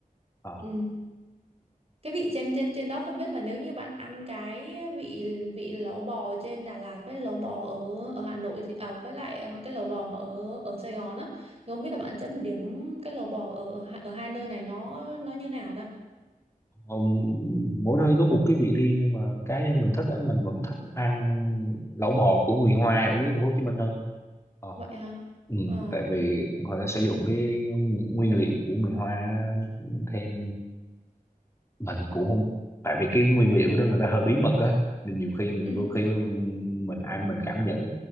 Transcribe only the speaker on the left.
Ờ,
ông- mỗi nơi có một cái vị riêng nhưng mà cá nhân mình thích á mình vẫn thích ăn lẩu bò của người Hoa ở dưới thành phố Hồ Chí Minh hơn Ờ,
ừ,
tại vì họ đã sử dụng cái nguyên liệu của người Hoa thêm mình cũng không tại vì cái nguyên liệu đó người ta hơi bí mật á nên nhiều khi
đôi
khi mình ăn mình cảm nhận